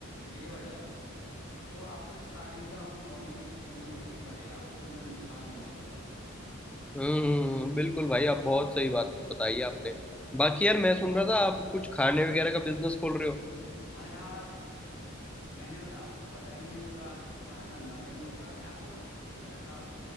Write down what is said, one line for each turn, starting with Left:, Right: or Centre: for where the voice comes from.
Left: बेवजह तो आपको स्टार्टिंग में तो अपनी बॉन्डिंग अच्छी करनी पड़ेगी भले ही आपको क्यों ना नुकसान होना पड़े
Centre: हम्म हम्म, हम्म, बिल्कुल भाई आप बहुत सही बात बताई आपने बाकी यार मैं सुन रहा था आप कुछ खाने वगैरह का बिजनेस खोल रहे हो
Left: हाँ यार मैंने मतलब आपको बताया नहीं मेरे को लगा आपको इस बारे में अंदाजा नहीं होगा है आपको कुछ ऐसा